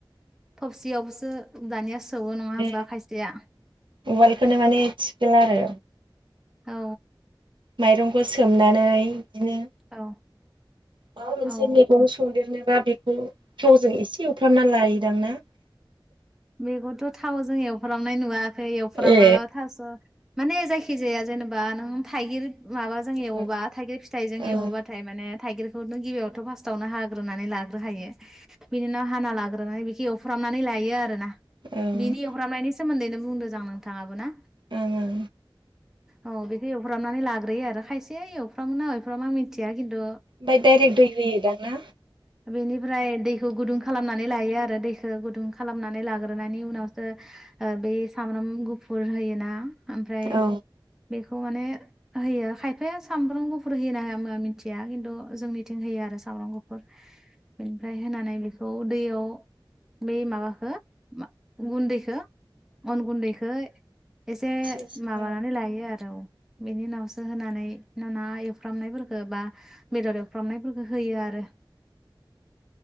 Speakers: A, in the centre; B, on the right.
A: थबसियावबोसो दानिया सौवो नङा होमबा
B: ए
A: खायसेया
B: उवालखोनो माने थिखोला आरो।
A: औ
B: माइरंखौ सोमनानै दिनो
A: औ
B: माबा मोनसे
A: औ
B: मैगं संदेरनोबा बेखौ थावजों एसे एवफ्रामना लायोदांना?
A: बेखौथ' थावाव जों एवफ्रामनाय नुवाखै एवफ्रामाबा
B: ए
A: थास' माने जायखिजाया जेनेबा नों थाइगिर माबाजों
B: ओं
A: एवोबा थाइगिर फिथाइजों
B: ओं
A: एवोबाथाय
B: ओं
A: माने थाइगिरखौ नों गिबियावथ' फार्स्टआवनो हाग्रोनानै लाग्रो खायो बिनि नाव हाना लाग्रोनानै बिखो एवफ्रामनानै लायो आरोना
B: ओं
A: बिनि फ्रामनायनि सोमोन्दैनो बुंदों जां नोंथाङाबो ना
B: ओं ओं
A: औ बिदि एव फ्रामनानै लाग्रोयो आरो खायसे एवफ्रामो ना एवफ्रामा मिथिया किन्तु
B: पाय दाइरेक्ट दै होयोदां ना?
A: बेनिफ्राय दैखौ गुदुं खालामनानै लायो आरो दैखौ गुदुं खालामनानै लागो ग्रोनायनि उनावसो ओ बेै सामब्राम गुफुर होयोना ओमफ्राय
B: औ
A: बेखौ माने होयो खायफाया सामब्राम गुफुर होयो ना होआ मा मिथि गैया किन्तु जोंनिथिं होयो आरो सामब्राम गुफुर बेनिफ्राय होनानै बेखौ दैयाव बै माबाखो मा गुन्दैखो अन गुन्दैखो एसे
B: एसे
A: माबानानै
B: ओं
A: लायो आरो औ बेनि उनावसो होनानै ना एवफ्रामनायफोरखो बा बेदर एवफ्रामनायफोरखो होयो आरो।